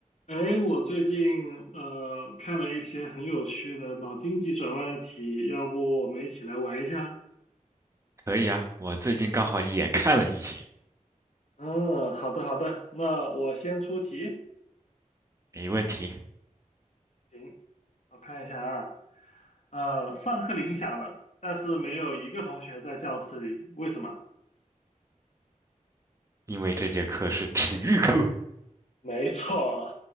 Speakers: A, on the left; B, on the right.
A: 哎，我最近呃看了一些很有趣的脑筋急转弯的题，要不我们一起来玩一下？
B: 可以啊，我最近刚好也看了一些，
A: 嗯，好的好的，那我先出题。
B: 没问题，
A: 行，我看一下啊，呃，上课铃响了，但是没有一个同学在教室里，为什么？
B: 因为这节课是体育课，
A: 没错，